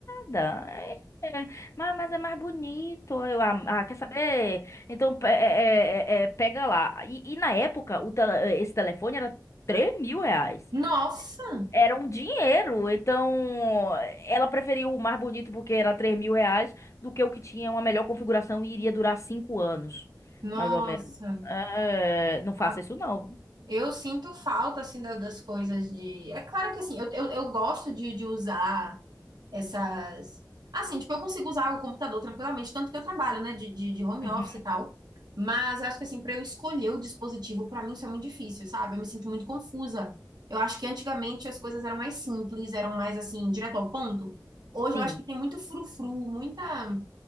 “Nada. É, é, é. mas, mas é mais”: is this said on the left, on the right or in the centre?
Left